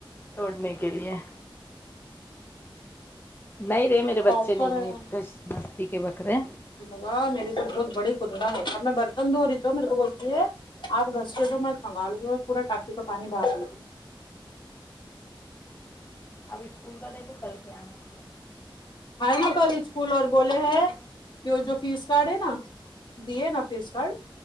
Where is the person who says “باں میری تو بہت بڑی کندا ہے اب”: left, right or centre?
Left